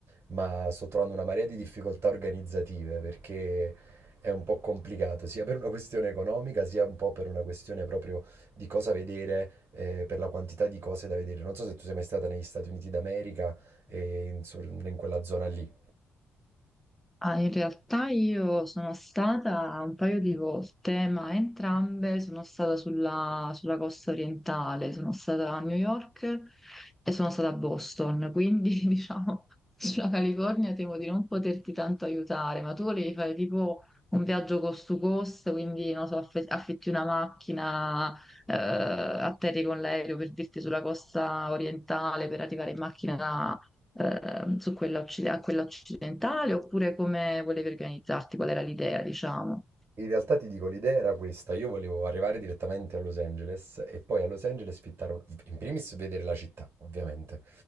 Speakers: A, on the right; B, in the centre.
A: ma sto trovando una marea di difficoltà organizzative perché è un po' complicato, sia per una questione economica, sia un po' per una questione proprio di cosa vedere, eh, per la quantità di cose da vedere. Non so se tu sei mai stata negli Stati Uniti d'America e in, sor- in quella zona lì.
B: Ah, in realtà io sono stata un paio di volte, ma entrambe sono stata sulla, sulla costa orientale, sono stata a New York e sono stata a Boston, quindi <laughs> diciamo sulla California temo di non poterti tanto aiutare, ma tu volevi fare tipo un viaggio cost to cost, quindi non so, affe- affitti una macchina, eh, atterri con l'aereo per dirti sulla costa orientale per arrivare in macchina eh, su quella occi- a quella occidentale, oppure come volevi organizzarti, qual era l'idea, diciamo.
A: In realtà ti dico, l'idea era questa, io volevo arrivare direttamente a Los Angeles e poi a Los Angeles fittare, un- in primis vedere la città, ovviamente,